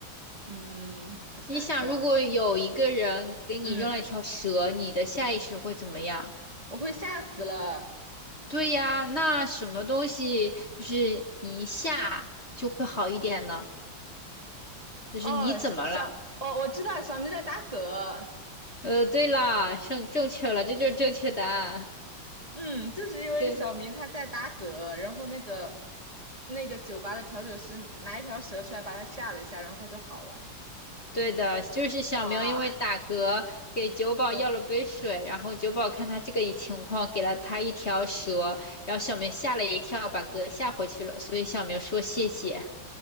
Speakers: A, on the right; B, on the left.
A: 嗯，我想一下，
B: 你想，如果有一个人给你扔了一条蛇，
A: 嗯，
B: 你的下意识会怎么样？
A: 我会吓死了。
B: 对呀，那什么东西就是你一下就会好一点呢？就是你怎么了？
A: 哦，小，哦，我知道小明在打嗝，
B: 呃，对啦，正正确了，这就是正确答案。
A: 嗯，就是因为小明他在打嗝，
B: <laughs> 对，
A: 然后那个那个酒吧的调酒师拿一条蛇出来把他吓了一下，然后他就好了。
B: 对的，就是小明因为打嗝给酒保要了杯水，
A: 哇，嗯，
B: 然后酒保看他这个情况，给了他一条蛇，然后小明吓了一跳，把嗝吓回去了，所以小明说谢谢。